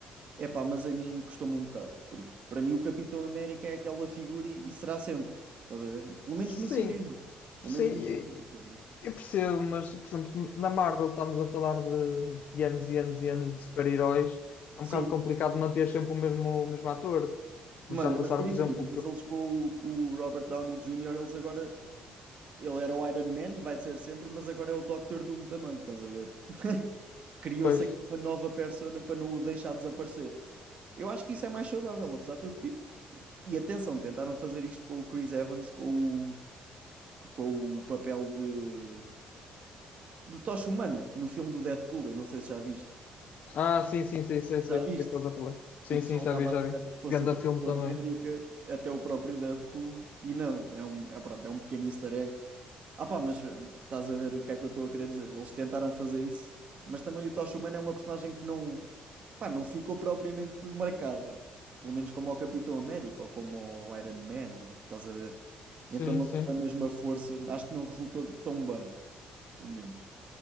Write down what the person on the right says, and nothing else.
É pá mas a mim custou-me um bocado, porque para mim o Capitão América é aquela figura e, e será sempre, estás a ver? Pelo
menos no cinema, pelo
menos
no cinema, estás
a ver?
Sim,
malha,
mas por
exemplo,
mas
eles com o, o Robert Downey Jr., eles agora, ele era o Iron Man e vai ser sempre, mas agora é o Doctor Doom também, estás a ver? <laughs> Criou-se
aqui uma nova persona para não o deixar desaparecer. Eu acho que isso é mais saudável, apesar de tudo. E, e atenção, tentaram fazer isto com o Chris Evans, com o, com o papel de, de tocha humana no filme do Deadpool. Eu não sei se já viste.
Já viste?
O pessoal
estava
à espera
que fosse
o Capitão
América, até o próprio Deadpool, e não, é um, é, pronto, é um pequeno easter egg. Ah pá, mas hum, estás a ver o que é que eu estou a querer dizer? Eles tentaram fazer isso, mas também o Tocha Humana é uma personagem que não, Pá, não ficou propriamente marcada. Pelo menos como ao Capitão América ou como ao Iron Man, ou- estás a ver?
Então não
teve a mesma força, acho que não resultou tão bem, pelo menos.